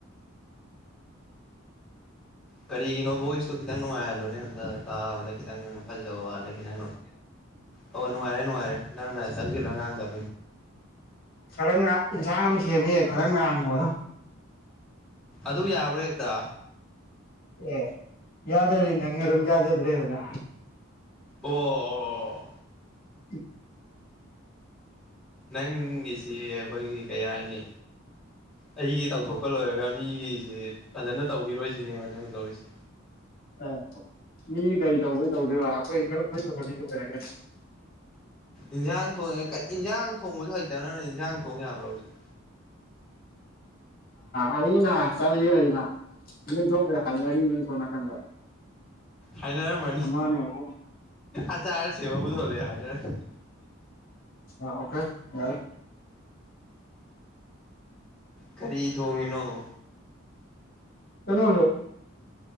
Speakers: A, in the centre; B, on the left (about 45°).
A: ꯀꯔꯤꯒꯤꯅꯣ ꯣꯣꯏꯁꯁꯨ ꯈꯤꯇꯪ ꯅꯨꯡꯉꯥꯏꯍꯜꯂꯣꯅꯦ ꯑ ꯇꯥꯕꯗ ꯈꯤꯇꯪ ꯐꯖꯕ ꯋꯥꯂ ꯈꯤ ꯅꯪ ꯑꯣ ꯅꯨꯡꯉꯥꯏꯔꯦ ꯅꯨꯡꯉꯥꯏꯔꯦ ꯅꯪꯅ ꯆꯪꯁꯤꯜꯂꯣ ꯉꯥꯡꯗꯕ
B: ꯈꯔ ꯉ ꯏꯟꯁꯥꯡ ꯑꯃ ꯁꯦꯝꯃꯦ ꯈꯔ ꯉꯉꯗ
A: ꯑꯗꯨ ꯌꯥꯕ꯭ꯔꯥ ꯍꯦꯛꯇ
B: ꯑꯦ ꯌꯥꯗꯔꯤ ꯅꯔꯝ ꯌꯥꯗ ꯑꯗꯨꯗꯅ
A: ꯑꯣ ꯑꯣ
B: ꯑ
A: ꯅꯪꯒꯤꯁꯤ ꯑꯩꯈꯣꯏꯒꯤ ꯀꯩ ꯍꯥꯏꯅꯤ ꯑꯩꯒꯤ ꯇꯧꯊꯣꯛꯄ ꯂꯣꯏꯔꯒ ꯃꯤꯒꯤꯁꯤꯦ ꯐꯖꯅ ꯇꯧꯕꯤꯔꯣꯏꯁꯤꯅꯦꯕ ꯅꯪ ꯇꯧꯔꯤꯁꯦ
B: ꯑ ꯃꯤ ꯀꯔꯤ ꯇꯧꯕꯒꯤ ꯇꯧꯗꯣꯏꯔ ꯑꯩꯈꯣꯏ ꯈꯔ ꯑꯩꯣꯏ ꯇꯧꯔꯅꯤ ꯂꯣꯏꯔꯒꯅ
A: ꯏꯟꯁꯥꯡ ꯊꯣꯡꯉꯦ ꯏꯟꯁꯥꯡ ꯊꯣꯡꯕꯁꯨ ꯍꯩꯇꯕ ꯅꯪ ꯅꯪ ꯏꯟꯁꯥꯡ ꯊꯣꯡ ꯌꯥꯕ꯭ꯔꯥ ꯍꯧꯖꯤꯛ
B: ꯑꯅꯥ ꯆꯔꯤ ꯑꯅ ꯌꯦꯡ ꯊꯣꯡꯈꯩ ꯍꯥꯏꯅꯔꯤ ꯌꯦꯡ ꯊꯣꯡ ꯅꯥꯀꯟꯗ
A: ꯍꯥꯏꯅꯔꯝꯃꯅꯤ
B: ꯑꯃꯅꯦ ꯑꯍꯨꯝ
A: ꯑꯆꯥꯔ ꯁꯦꯝꯃ ꯄꯨꯊꯣꯂꯛꯑꯦ ꯍꯥꯏꯅꯔꯝ
B: ꯑꯣꯀꯦ ꯌꯥꯏ
A: ꯀꯔꯤ ꯊꯣꯡꯉꯤꯅꯣꯣ
B: ꯀꯩꯅꯣꯁꯨꯣ